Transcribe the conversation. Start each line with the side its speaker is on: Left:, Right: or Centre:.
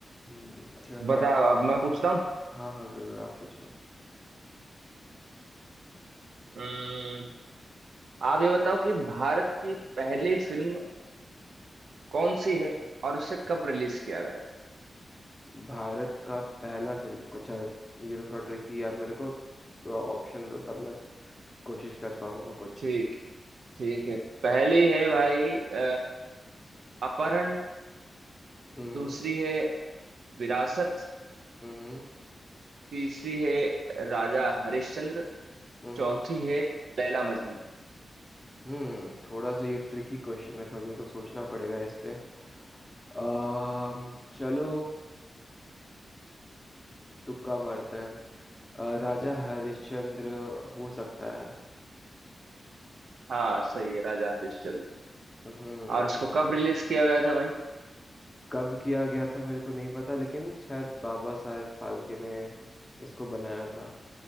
Left: हम्म, चलो
Right: बताओ
Left: आप
Right: अब मैं पूछता हूँ
Left: हाँ हाँ जरूर आप पूछो
Right: हम्म, आप ये बताओ कि भारत की पहली फिल्म कौन सी है और उसे कब रिलीज किया गया था
Left: भारत का पहला फिल्म अच्छा ये तो थोड़ा ट्रिकी है, आप मेरे को ऑप्शन दो तब मैं कोशिश कर पाऊंगा कुछ
Right: ठीक ठीक है पहली है भाई अ, अपहरण
Left: हम्म
Right: दूसरी है विरासत
Left: हम्म
Right: तीसरी है राजा हरिश्चंद्र
Left: हम्म
Right: चौथी है लैला मजनू
Left: हम्म थोड़ा सा ये ट्रिकी क्वेश्चन है थोड़ा मेरे को सोचना पड़ेगा इस पे अम्म, चलो तुक्का मारते हैं अ, राजा हरिश्चंद्र हो सकता है
Right: हाँ सही है राजा हरिश्चंद्र
Left: हम्म
Right: और इसको
Left: क्यों-
Right: कब रिलीज किया गया था भाई
Left: कब किया गया था मेरे को नहीं पता लेकिन शायद बाबा साहेब फाल्के ने इसको बनाया था